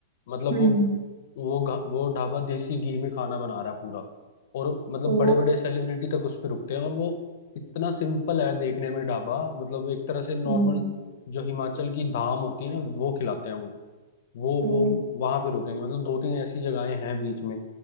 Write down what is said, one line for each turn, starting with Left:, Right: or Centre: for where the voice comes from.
Left: मतलब
Right: हम्म
Left: वो वो घ- वो ढाबा देसी घी में खाना बना रहा है पूरा और मतलब
Right: ओ
Left: बड़े बड़े सेलिब्रिटी तक उस पे रुकते हैं और वो इतना सिंपल है देखने में ढाबा मतलब एक तरह से नॉर्मल
Right: हम्म
Left: जो हिमाचल की धाम होती है ना वो खिलाते हैं वो
Right: ओ
Left: वो वहां पे रुकेंगे मतलब दो तीन ऐसी जगहें हैं बीच में